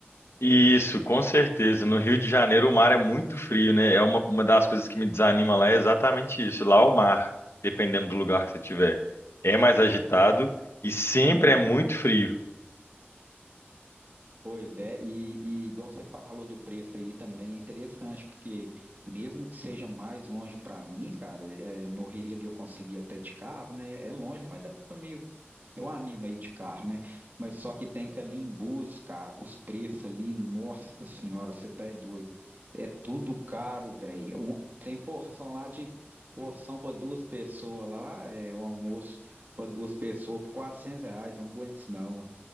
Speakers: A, on the left (about 85°); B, on the right (about 45°).
A: E isso, com certeza. No Rio de Janeiro o mar é muito frio, né? É uma, uma das coisas que me desanima lá é exatamente isso. Lá o mar, dependendo do lugar que você tiver, é mais agitado e sempre
B: Então,
A: é muito frio.
B: Pois é, e, e igual você falou do preço aí também é interessante, porque mesmo que seja mais longe para mim, cara, é, no Rio ali eu consegui até de carro, né? É longe, mas dá para meio. Eu animo aí de carro, né? Mas só que tem que ali em Búzios, cara, os preços ali, nossa senhora, você tá é doido. É tudo caro, velho. Um- Tem porção lá de porção para duas pessoas lá, é um almoço para duas pessoas por 400 reais, eu não aguento isso não.